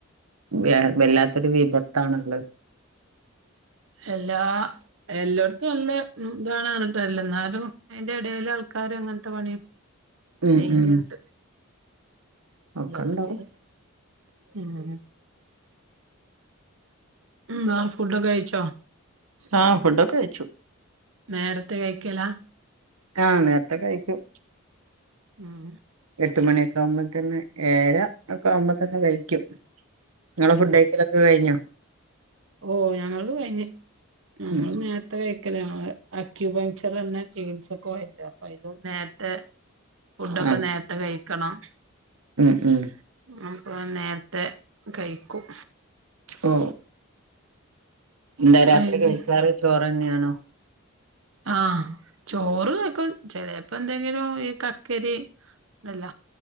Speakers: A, on the right (about 85°); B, on the right (about 60°).
A: വ വല്ലാത്തൊരു വിപത്താണ്ള്ള
B: എല്ലാ എല്ലോട്ത്തും നല്ല ഉം ഇതാണ് പർഞ്ഞിട്ടാര്യല്ല ന്നാലും അഴിന്റെ എടെല് ആൾക്കാര് അങ്ങൻത്ത പണി
A: ഉം
B: ചെയ്യ്ണ്ട്
A: ഉം
B: എന്താപ്പ
A: ഒക്കെണ്ടാവും
B: ചെയ്യാ ഉം ഉം ആ ഫുഡൊക്ക കഴിച്ചോ
A: ആ ഫുഡൊക്ക കഴിച്ചു.
B: നേരത്തെ കഴിക്കലാ
A: ആ നേര്ത്തെ കഴിക്കും
B: ഉം
A: എട്ട് മണിയൊക്ക ആവുമ്പം തന്നെ ഏഴര ഒക്ക ആവുമ്പോത്തന്നെ കഴിക്കും ഇങ്ങള
B: ഉം
A: ഫുഡെയിക്കലൊക്ക കഴിഞ്ഞോ
B: ഓ ഞങ്ങൾത് കഴിഞ്ഞ് ഞങ്ങള്
A: ഉം
B: നേര്ത്തെ കഴിക്കലാ ഞങ്ങള് അക്യൂപങ്ചർ എന്ന ചികിത്സക്കോവൽ ഇണ്ട് അപ്പ അയിനും നേര്ത്തെ ഫുഡൊക്ക
A: ആ
B: നേര് ത്ത കഴിക്കണം
A: ഉം ഉം
B: അപ്പൊ നേര്ത്തെ കയിക്കും
A: ഓ എന്താ രാത്രി
B: അയിന്
A: കഴിക്കാറ് ചോറെന്നെണോ
B: ആഹ് ചോറ് കയിക്കും ചേലെപ്പം എന്തെങ്കിലും ഈ കക്കരി അല്ല